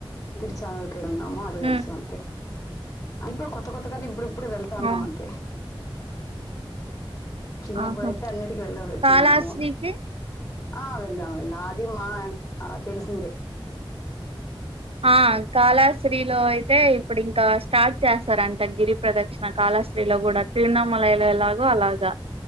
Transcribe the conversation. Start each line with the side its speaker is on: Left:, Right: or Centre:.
Left: తిరుచాను న్నామో అది తెలుసు
Right: ఉమ్
Left: అంతే అప్పుడు కొత కొతకని ఇప్పుడు ఇప్పుడు వెళ్తాన్నాం
Right: అవును
Left: అంతే చిన్నప్పుడయితే
Right: ఆహా
Left: అన్నిటికి వెళ్లేసి వచ్చిన్నాము.
Right: కాళాశ్రీకి
Left: ఆ వెళ్ళాం వెళ్ళాం అది మా ఆ తెలిసిందే
Right: ఆ కాళాశ్రీలో అయితే ఇప్పుడు ఇంకా స్టార్ట్ చేస్తారంట గిరి ప్రదక్షిణ కాళాశ్రీలో కూడా తిరుణమలలో లాగో అలాగా